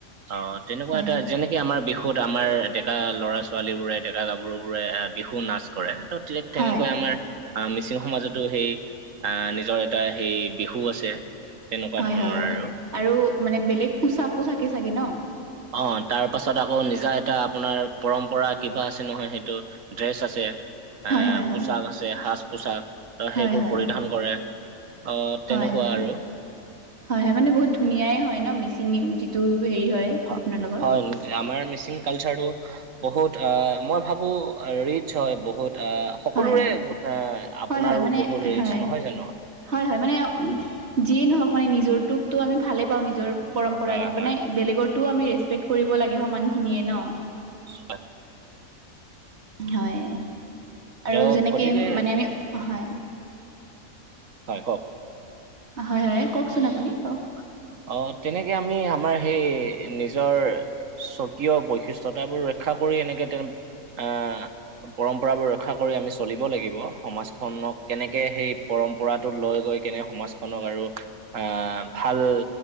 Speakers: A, on the right; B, on the right.
A: অ তেনেকুৱা
B: হয়
A: এটা
B: হয়
A: যেনে কি আমাৰ বিহুত আমাৰ ডেকা ল'ৰা ছোৱালীবোৰে ডেকা গাভৰুবোৰে বিহু নাচ কৰে ত তেনেকৈ
B: হয়
A: আমাৰ। আহ মিচিং সমাজতো সেই আহ নিজৰ এটা সেই বিহু আছে। তেনেকুৱা
B: হয়
A: ধৰণৰ
B: হয়
A: আৰু
B: আৰু মানে বেলেগ পোচাকো থাকে চাগে ন।
A: অ তাৰ পাছত আকৌ নিজা এটা আপোনাৰ পৰম্পৰা কিবা আছে নহয় সেইটো। ড্ৰেছ আছে। এ
B: হয় হয়
A: পোচাক
B: হয়
A: আছে সাজ পোচাক ত সেইবোৰ
B: হয় হয়
A: পৰিধান কৰে। আহ তেনেকুৱা
B: হয় হয়
A: আৰু
B: হয় হয় মানে বহুত ধুনীয়াই হয় ন, মিচিং যিটো হেৰি হয়।
A: হয়
B: আপোনালোকৰ
A: হয় আমাৰ মিচিং। কালচাৰ টো বহুত মই ভাবো ৰিতচ্ হয় বহুত অহ সকলোৰে
B: হয়
A: এ আপোনাৰো
B: হয় হয় মানে
A: বহুত ৰিটচ্
B: হয়
A: নহয় জানো
B: হয় হয় মানে যিয়ে নহওক মানে নিজৰটোক টো আমি ভালে পাওঁ নিজৰ পৰম্পৰাটো
A: হয়
B: মানে
A: হয়।
B: বেলেগতটোও, আমি ৰেচপেক্ট কৰিব লাগে সমান খিনিয়ে ন।
A: হয়।
B: হয়
A: ত
B: আৰু যেনেকৈ
A: গতিকে
B: মানে আমি হয়।
A: হয় কওক।
B: হয় হয় কওকচোন আপুনি কওক।
A: অ তেনেকে আমি আমাৰ সেই নিজৰ। স্বকীয় বৈশিষ্টয়তাবোৰ ৰক্ষা কৰি এনেকে তেওঁ আহ পৰম্পৰাবোৰ ৰক্ষা কৰি আমি চলিব লাগিব, সমাজখনক কেনেকে সেই পৰম্পৰাতটো লৈ গৈ কেনে সমাজখনক আৰু আহ ভাল।